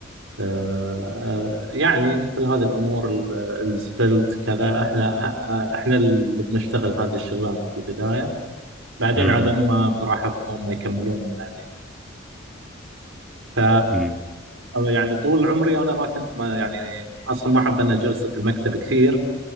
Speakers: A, on the right; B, in the centre.
A: آه، آه، يعني مثل هذه الامور ال- السفلت كذا احنا آه، احنا اللي بنشتغل هذه الشغلانه في البدايه بعدين
B: امم
A: عاد
B: امم
A: هم براحتهم هم يكملون بعدين ف
B: امم.
A: يعني طول عمري انا ما كنت ما يعني اصلا ما احب انا جلسه المكتب كثير